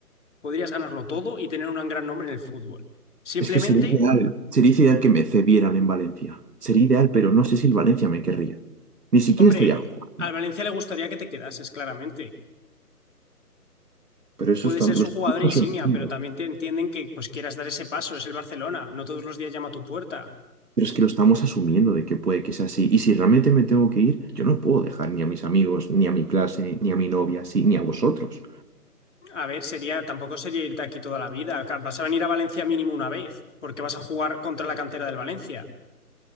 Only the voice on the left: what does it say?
podrías ganarlo todo y tener un gran nombre en el fútbol. Simplemente,
hombre,
al Valencia le gustaría que te quedases, claramente.
Puede
ser su
jugador insignia,
pero también te entienden que pues quieras dar ese paso, es el Barcelona, no todos los días llama a tu puerta.
A ver, sería, tampoco sería irte aquí toda la vida, acá vas a venir a Valencia mínimo una vez, porque vas a jugar contra la cantera del Valencia,